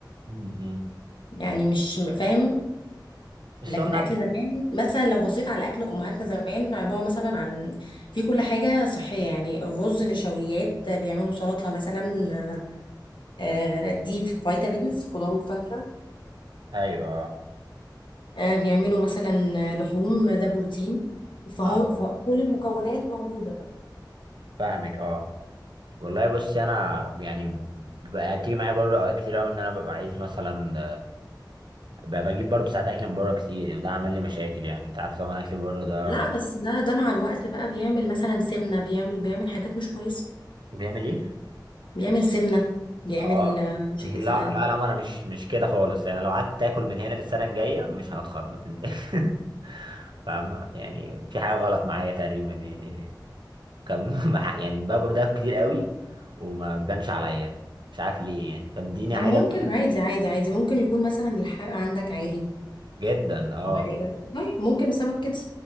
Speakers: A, on the right; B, on the left.
A: امم
B: يعني مش م- فاهم
A: بس
B: لكن
A: هو انا
B: اكل زمان مثلا لو بصيت على اكل امهاتنا زمان عباره مثلا عن في كل حاجه صحيه يعني الرز نشويات بيعملوا سلطه مثلا آه، دي فيتامينز خضار وفاكهه
A: ايوه اه
B: آه، بيعملوا مثلا لحوم ده بروتين فهو
A: اه
B: فكل المكونات موجوده
A: فاهمك اه والله بص انا يعني بقى تيجي معايا برضه اوقات كتير قوي ان انا ببقى عايز مثلا ببقى بجيب برضه ساعات اكل من بره كتير يعني ده عمل لي مشاكل يعني انت عارف طبعا اكل بره ده
B: لا بس ده ده مع الوقت بقى بيعمل مثلا سمنه بيعمل بيعمل حاجات مش كويسه
A: بيعمل ايه؟
B: بيعمل سمنة بيعمل
A: اه
B: آه، مشاكل
A: لا
B: في القلب
A: لا لا ما انا مش مش كده خالص يعني لو قعدت تاكل من هنا للسنه الجايه مش هتخرب ما تنت- <laughs> فاهمة يعني في حاجة غلط معايا تقريبا يعني كان <laughs> مح- يعني باكل ده كتير قوي وما بيبانش عليا مش عارف ليه يعني فاديني
B: طب
A: عادي
B: ممكن
A: اكل
B: عادي عادي عادي ممكن يكون مثلا الحرق عندك عادي
A: جدا اه
B: أو حاجة طيب ممكن بسبب كده